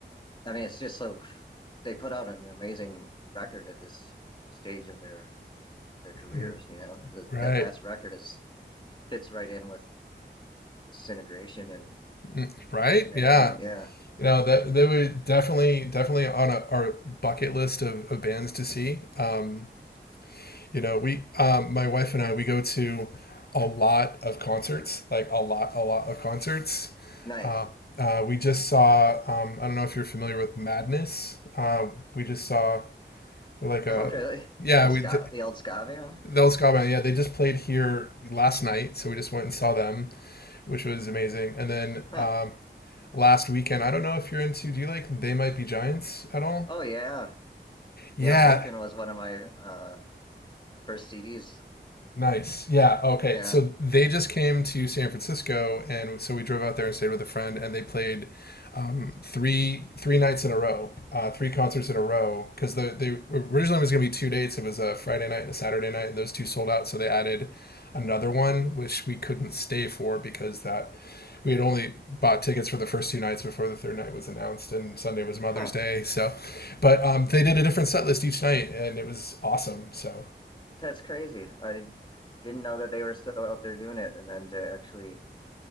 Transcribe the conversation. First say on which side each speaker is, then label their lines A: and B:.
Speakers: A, on the left (about 25°); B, on the left (about 60°).
A: I mean, it's just so cr- they put out an amazing record at this stage of their their careers.
B: Mm,
A: You know, the,
B: right
A: that last record is fits right in with disintegration and
B: Mm, right
A: and everything.
B: yeah
A: Yeah,
B: You know that they were definitely definitely on a, our bucket list of, of bands to see. Um, you know, we um, my wife and I we go to a lot of concerts, like a lot a lot of concerts.
A: nice.
B: Uh,
A: <laughs>
B: uh, we just saw um, I don't know if you're familiar with Madness. Um, we just saw they're like a
A: Oh, really?
B: yeah
A: The ska,
B: we th-
A: the old ska van?
B: those Scott yeah they just played here last night, so we just went and saw them, which was amazing. And then
A: Huh.
B: um, last weekend. I don't know if you're into. Do you like They Might Be Giants at all?
A: Oh yeah,
B: Yeah,
A: yeah. Lincoln was one of my uh, first CDs.
B: Nice. Yeah. Okay.
A: Yeah.
B: So they just came to San Francisco, and so we drove out there and stayed with a friend, and they played um, three three nights in a row, uh, three concerts in a row. Because the they originally was going to be two dates. It was a Friday night and a Saturday night, and those two sold out. So they added another one, which we couldn't stay for because that we had only bought tickets for the first two nights before the third night was announced and sunday was mother's
A: Huh.
B: day so but um, they did a different set list each night and it was awesome so
A: That's crazy. I did didn't know that they were still out there doing it, and then to actually,